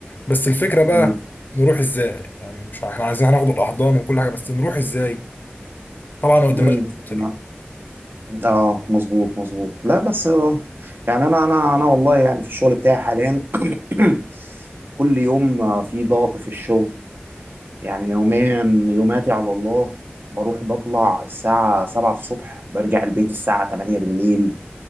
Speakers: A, on the left; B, on the right.
A: بس الفكره
B: مم.
A: بقى نروح ازاي يعني مش احنا عايزين هناخد الاحضان وكل حاجه بس نروح ازاي طبعا ما قدمناش
B: مم.
A: غير الطريق
B: لا. اه مظبوط مظبوط لا بس آه، يعني انا انا انا والله يعني في الشغل بتاعي حاليا <clears throat> كل يوم آه، في ضغط في الشغل يعني يوميا يوماتي على الله بروح بطلع الساعة 7 الصبح برجع البيت الساعة 8 بالليل